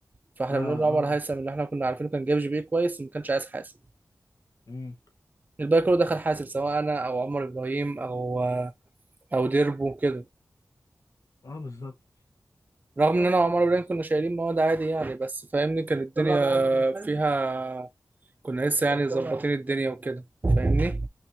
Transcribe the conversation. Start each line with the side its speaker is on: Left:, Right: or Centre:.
Right: فاحنا
Left: اه
Right: بنقول لعمر
Left: اه
Right: هيثم اللي احنا كنا عارفينه كان جايب جي بي كويس وما كانش عايز حاسب
Left: امم
Right: الباقي كله دخل حاسب سواء انا او عمر ابراهيم او او ديربو كده
Left: اه بالظبط
Right: رغم ان انا وعمر ورين كنا شايلين مواد عادي يعني بس فاهمني كانت الدنيا فيها كنا لسه يعني ظبطين الدنيا وكده فاهمني